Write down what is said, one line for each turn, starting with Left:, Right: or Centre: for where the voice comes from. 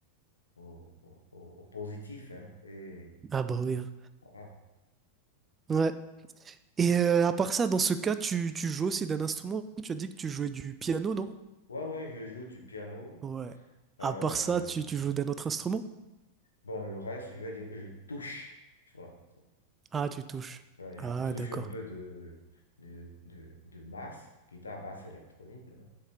Left: au, au- au- au positif, hein, et
Right: Ah bah oui. hein.
Left: voilà.
Right: Ouais. Et euh, à part ça, dans ce cas, tu, tu joues aussi d'un instrument? Tu as dit que tu jouais du piano, non?
Left: Ouais, ouais, je joue du piano.
Right: Ouais.
Left: Euh,
Right: À part ça, tu, tu joues d'un autre instrument?
Left: bon, le reste, je vais dire que je touche, tu vois.
Right: Ah, tu touches.
Left: Ouais,
Right: Ah,
Left: je touche
Right: d'accord.
Left: un peu de, de, de, de basse, guitare basse électronique, là.